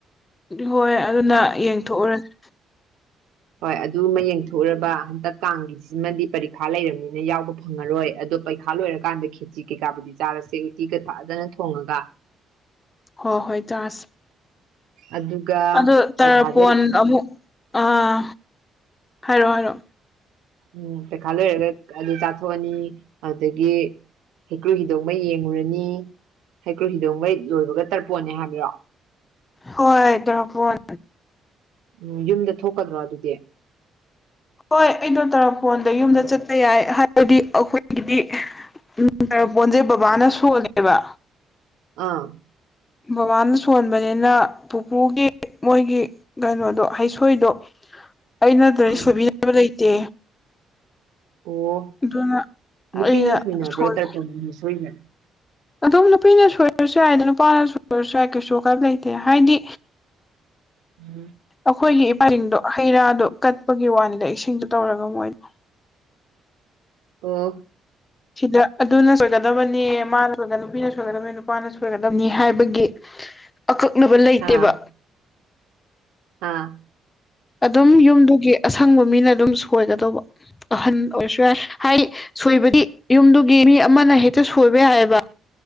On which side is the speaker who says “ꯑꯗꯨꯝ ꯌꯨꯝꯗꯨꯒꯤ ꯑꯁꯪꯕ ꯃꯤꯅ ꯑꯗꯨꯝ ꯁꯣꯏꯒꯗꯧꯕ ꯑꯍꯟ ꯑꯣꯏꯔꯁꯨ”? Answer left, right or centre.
Left